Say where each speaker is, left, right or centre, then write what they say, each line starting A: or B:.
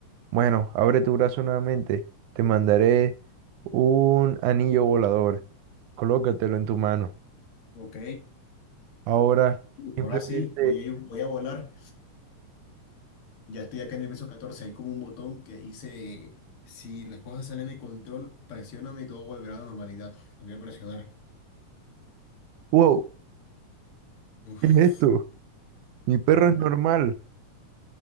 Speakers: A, on the right; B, on the left.
A: Bueno, abre tu brazo nuevamente. Te mandaré un anillo volador. Colócatelo en tu mano.
B: Ok,
A: Ahora, simplemente.
B: ahora sí, voy a ir- voy a volar. Ya estoy acá en el piso catorce Hay como un botón que dice, si las cosas salen de control, presióname y todo volverá a la normalidad. Lo Voy a presionar.
A: ¡Wow!
B: Uf,
A: ¿Qué es esto? Mi perro
B: ahora
A: es normal.